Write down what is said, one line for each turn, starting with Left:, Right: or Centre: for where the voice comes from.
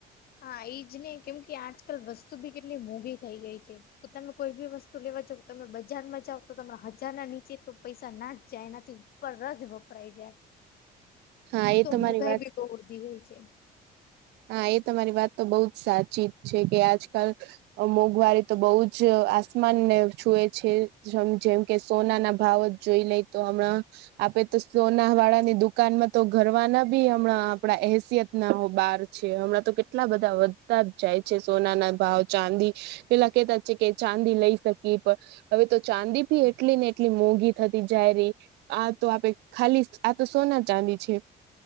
Left: હા ઈજ ને કેમ કે આજકાલ વસ્તુ બી કેટલી મોઘી થઈ ગઈ છે તમે કોઈ બી વસ્તુ. લેવા જો તમે બજારમાં જાાવ તો તમા હજાર ના નીચે તો પૈસા ના જાય એનાથી. ઉપર જ વપરાઈ જાય.
Right: <inaudible>
Left: એક
Right: એ
Left: તો
Right: તમારી
Left: મોઘાઈ
Right: વાત
Left: ભી બહુ વધી ગઈ છે.
Right: હા એ તમારી વાત તો બહુ જ સાચી જ છે કે આજકાલ. મોંઘવારી તો બહુ જ આસમાનને છુએ છે જેમ જેમ કે સોના ના ભાવ. જોઈ લઈ તો હમણાં. આપડે તો સોના વાળા ની દુકાનમાં તો ઘરવાના બી હમણાં આપણા એસિયત ના હો બાર. છે હમણાં તો કેટલા બધા વધતા જ જાય છે સોના ના ભાવ ચાંદી. પેલા કેતા છે કે ચાંદી લઈ શકીએ પણ. હવે તો ચાંદી ભી એટલી ને એટલી મોંઘી થતી જાય રહી. આ તો આપડે ખાલી આ તો સોના ચાંદી છે.